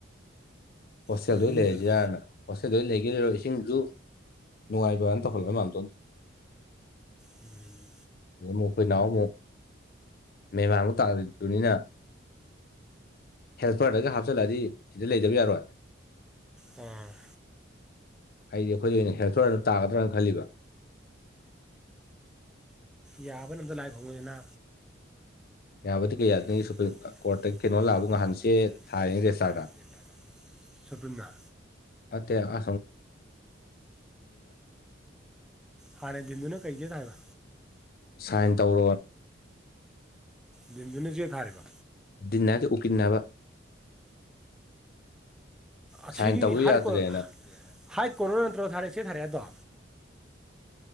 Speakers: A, on the left; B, in the centre.
A: ꯍꯣꯁꯇꯦꯜꯗ
B: ꯈꯪꯗꯦ ꯌꯨꯝꯗ
A: ꯂꯩꯔꯁꯤꯥꯅ
B: ꯂꯥꯛ
A: ꯍꯣꯁꯇꯦꯜꯗ ꯂꯩꯈꯤꯗꯔꯣ ꯏꯁꯤꯡꯁꯨ ꯅꯨꯡꯉꯥꯏꯕꯅ ꯇꯧꯍꯜꯂꯦ ꯃꯌꯥꯝꯗꯣꯝ
B: ꯎꯝ
A: ꯑꯗꯨ ꯑꯃꯨ ꯑꯩꯈꯣꯏ ꯅꯍꯎ ꯑꯃꯨꯛ ꯃꯦ ꯃꯃꯨꯛ ꯇꯥꯛꯇꯅꯤꯅ ꯍꯦꯜꯄꯔꯗꯒ ꯍꯥꯞꯆꯤꯜꯂꯗꯤ ꯁꯤꯗ ꯂꯩꯗꯕ ꯌꯥꯔꯣꯏ
B: ꯑ
A: ꯍꯥꯏꯗꯤ ꯑꯩꯈꯣꯏꯗ ꯑꯣꯏꯅ ꯍꯦꯜꯞꯇꯔꯅ ꯇꯥꯒꯗ꯭ꯔꯥꯅ ꯈꯜꯂꯤꯕ
B: ꯌꯥꯕꯅ ꯑꯝꯗ ꯂꯥꯏꯛ ꯍꯣꯡꯉꯅꯤꯅ
A: ꯌꯥꯕꯗꯤ ꯀꯌꯥꯗꯒꯤ
B: ꯌꯥ
A: ꯁꯨꯄ꯭ꯔꯤꯝ ꯀꯣꯔꯠꯇꯒꯤ ꯀꯩꯅꯣ
B: ꯀꯇꯅꯟꯇꯦ
A: ꯂꯥꯛꯑꯕ ꯅꯍꯥꯟ ꯆꯦ ꯊꯥꯏꯅꯤ ꯔꯦꯁꯇꯥꯔꯗ
B: ꯍꯥꯏꯥ ꯀꯦꯇꯗ ꯁꯄꯟꯅ
A: ꯑ
B: ꯍꯥꯟꯅꯗꯨꯅ ꯀꯩꯦ ꯊꯒ
A: ꯁꯥꯏꯟ ꯇꯧ
B: ꯟꯗꯨꯅ ꯆꯦ ꯊꯥꯔꯤꯕ
A: ꯟꯅ ꯎ ꯀꯟꯅꯕ
B: ꯑꯁꯤꯒꯤ
A: ꯁꯥꯏꯟ ꯇꯧꯕ
B: ꯍꯥꯏ
A: ꯌꯥꯗ꯭ꯔꯦꯅ
B: ꯀꯣ ꯍꯥꯏ ꯀꯣꯅ ꯅꯠꯇ꯭ꯔꯣ ꯊꯥꯔꯛꯑꯦ ꯆꯦ ꯊꯥꯔꯛꯦ ꯑꯗꯣ